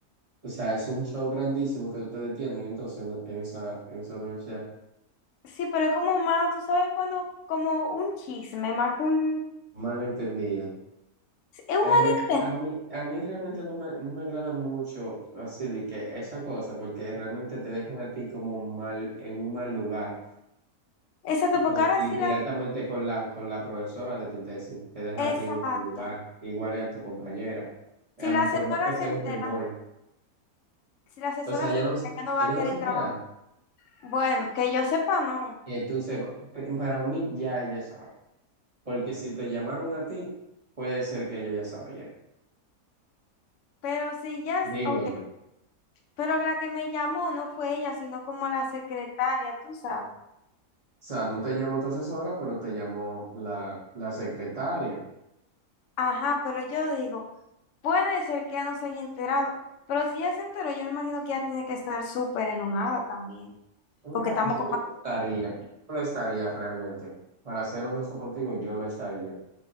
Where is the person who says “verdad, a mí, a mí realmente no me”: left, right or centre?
Right